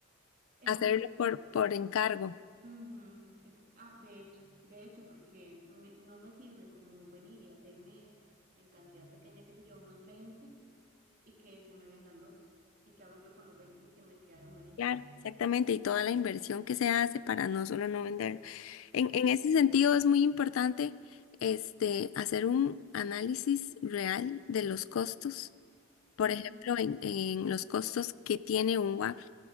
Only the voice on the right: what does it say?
Entonces,
Ujú, ex- ah, de hecho, de hecho, porque me- no me sirve como venir y hacerme en cantidad pequeña, qué sé yo, unos 20 y que se me vendan dos. ¿Y qué hago yo con los 20 que me quedaron ahí?
Exacto.
Ujú,